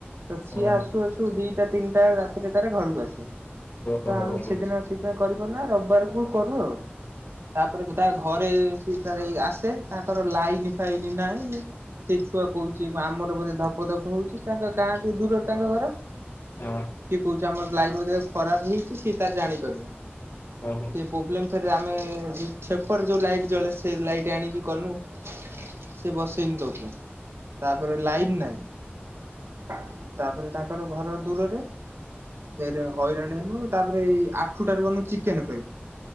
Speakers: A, on the right; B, on the left.
A: ତ ସିଏ
B: ହଁ
A: ଆସ୍ ଆସୁ ଆସୁ ଦିଟା ତିନଟା ରାତିରେ ତା ଘରକୁ ଆସେ।
B: ଓହୋ
A: ତ ଆମେ
B: ବୁଝିଲି।
A: ସେଦିନ ସେଇଥିପାଇଁ କରିପାରୁ ନା ରବିବାରକୁ କରୁ ଆଉ। ତାପରେ ତା ଘରେ ସେ ତାର ଆସେ ତାଙ୍କର ଲାଇନ୍ ଫାଇନ୍ ନାହଁ। ସେ ଛୁଆ କହୁଚି ଆମର ବୋଧେ ଧପ ଧପ ହୋଉଚି ତାଙ୍କ ଗାଁଟୁ ଦୂରରେ ତାଙ୍କ ଘର।
B: ହଁ।
A: ସିଏ କହୁଚି ଆମର ଲାଇନ୍ ବୋଧେ ଖରାପ ହେଇଚି ସିଏ ତାର ଜାଣିପାରୁନେହିଁ।
B: ହଉ।
A: ପ୍ରୋବ୍ଲେମ୍ ଫେରେ ଆମେ ସେପଟେ ଯେଉ ଲାଇଟ୍ ଜଳେ ସେ ଲାଇଟ୍ ଆଣିକି କନୁ। ସେ ବସେଇନି ଦବ ତାପରେ ଲାଇନ୍ ନାହିଁ ତାପରେ ତାଙ୍କର ଘର ଦୂରରେ ଫେରେ ହଇରାଣ ହେନୁ। ତାପରେ ଏଇ ଆଠୁଟାରେ ଗନୁ ଚିକେନେ ପାଇଁ।